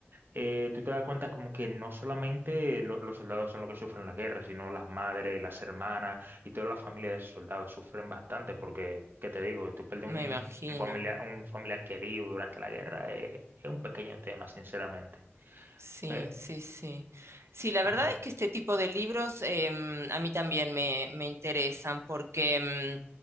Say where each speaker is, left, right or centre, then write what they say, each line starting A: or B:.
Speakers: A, on the right; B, on the right.
A: eh, tú te das cuenta como que no solamente lo- los soldados son los que sufren las guerras, sino las madres, las hermanas y toda la familia de esos soldados sufren bastante porque, ¿qué te digo? Tú perder
B: Me
A: un,
B: imagino.
A: un familiar, un familiar querido durante la guerra eh, es un pequeño tema, sinceramente.
B: Sí,
A: Pero,
B: sí, sí. Sí, la verdad
A: ujú.
B: es que este tipo de libros em, a mí también me, me interesan porque, em,